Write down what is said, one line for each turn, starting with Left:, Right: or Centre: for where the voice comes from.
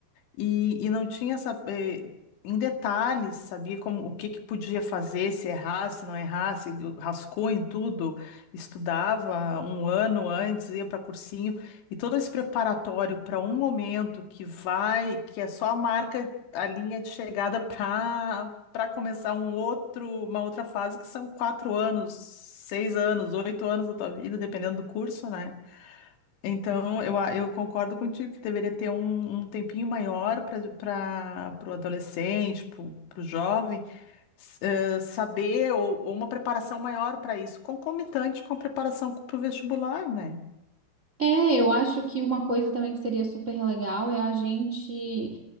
Left: e, e não tinha essa, eh, em detalhes, sabia como o que que podia fazer, se errasse, se não errasse, rascou em tudo, estudava um ano antes, ia para cursinho, e todo esse preparatório para um momento que vai, que é só a marca, a linha de chegada para para começar um outro, uma outra fase, que são quatro anos, seis anos, oito anos da tua vida, dependendo do curso, né? Então, eu, a- eu concordo contigo que deveria ter um, um tempinho maior para o adolescente, para o jovem, s- eh, saber ou, ou uma preparação maior para isso, concomitante com a preparação para o vestibular, né?
Right: é, eu acho que uma coisa também que seria super legal é a gente